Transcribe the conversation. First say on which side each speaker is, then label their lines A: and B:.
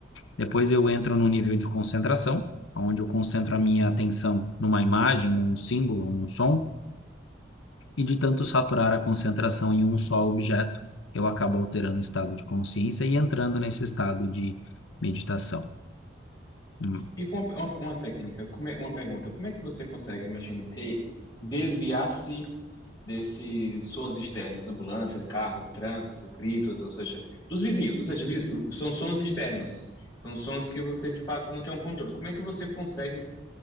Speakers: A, on the left (about 85°); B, on the left (about 20°).
A: Depois eu entro no nível de concentração, onde eu concentro a minha atenção numa imagem, num símbolo, num som, e de tanto saturar a concentração em um só objeto, eu acabo alterando o estado de consciência e entrando nesse estado de meditação. Hum,
B: E com uma, uma, uma técnica, como é, uma pergunta, como é que você consegue, imagina, ter, desviar-se desses sons externos, ambulância, carro, trânsito, gritos, ou seja, dos vizinhos, ou seja, vi- são sons externos, são sons que você de fato não tem um controle. Como é que você consegue